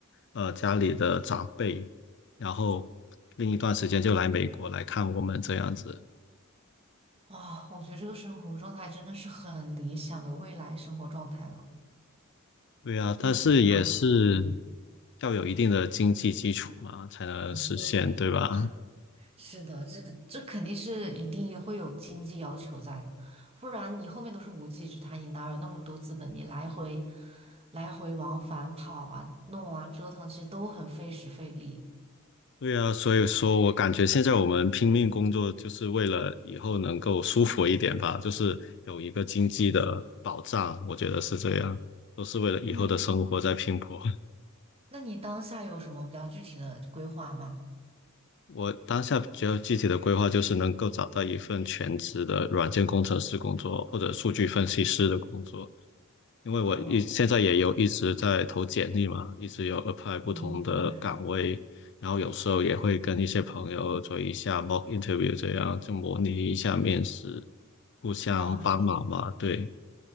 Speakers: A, on the left; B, on the right.
A: 呃家里的长辈，然后另一段时间就来美国来看我们这样子。
B: 哇，我觉得这个生活状态真的是很理想的未来生活状态了，
A: 对啊，
B: 就是我
A: 但是也是
B: 的。
A: 要有一定的经济基础嘛，才能实现，
B: 对，
A: 对吧？
B: 是的，这这肯定是一定也会有经济要求在的，不然你后面都是无稽之谈。你哪有那么多资本？你来回来回往返跑啊、弄啊、折腾，其实都很费时费力。
A: 对啊，所以说我感觉现在我们拼命工作，就是为了以后能够舒服一点吧，就是有一个经济的保障，我觉得是这样，都是为了以后的生活在拼搏。
B: 嗯，
A: <laughs>
B: 那你当下有什么比较具体的规划吗？
A: 我当下比较具体的规划就是能够找到一份全职的软件工程师工作，或者数据分析师的工作。因为我一现在也有一直在投简历嘛，
B: 啊，
A: 一直有 apply 不同的岗位，
B: 明明白，
A: 然后有时候也会跟一些朋友做一下 mock interview，这样就模拟一下面试，互相帮忙嘛。
B: 哇塞，
A: 对，